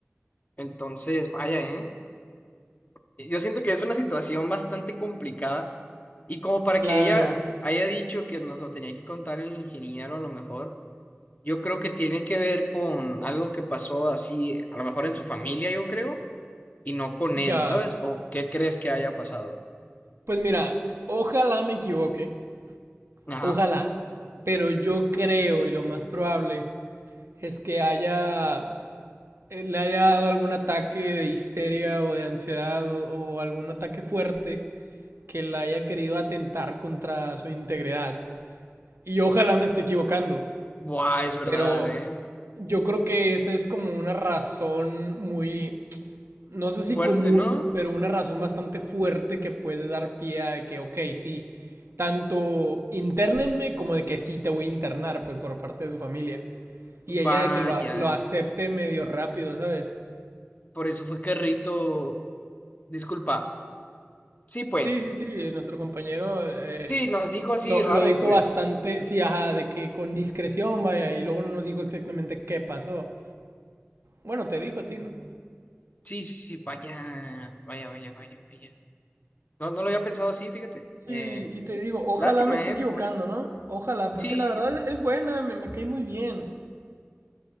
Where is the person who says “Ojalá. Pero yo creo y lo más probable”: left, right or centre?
Right